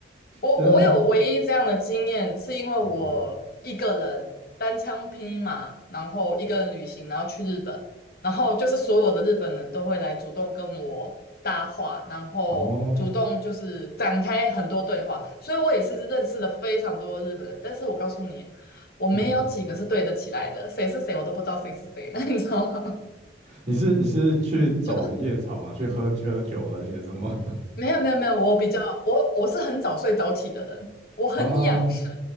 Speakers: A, on the left; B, on the right.
A: 我我有唯一这样的经验，
B: 对啊，
A: 是因为我一个人单枪匹马，
B: 嗯，
A: 然后一个人旅行，然后去日本，然后就是所有的日本人都会来主动跟我搭话，然后主动就是展开很多对话，
B: 哦，
A: 所以我也是认识了非常多的日本人。但是我告诉你，我没有几个是对得起来的，
B: <laughs>
A: 谁是谁我都不知道谁是谁了，<laughs> 你知道吗？<laughs>
B: 你是你是去走夜场吗？
A: 就。
B: 去喝喝酒那些什么？
A: 没有没有没有，我比较我我是很早睡早起的人，我很养生，
B: <laughs> 啊，